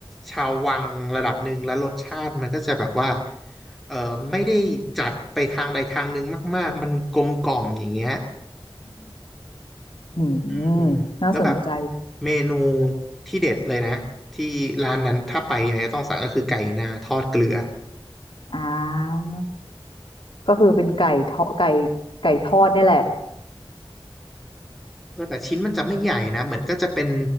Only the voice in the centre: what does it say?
ชาววังระดับหนึ่งแล้วรสชาติมันก็จะแบบว่าเออไม่ได้จัดไปทางใดทางหนึ่งมากๆ มันกลมกล่อมอย่างเงี้ย
อืมแล้วแบบเมนูที่เด็ดเลยนะที่ร้านนั้นถ้าไปยังไงก็ต้องสั่งก็คือไก่นาทอดเกลือ
เออแต่ชิ้นมันจะไม่ใหญ่นะเหมือนก็จะเป็น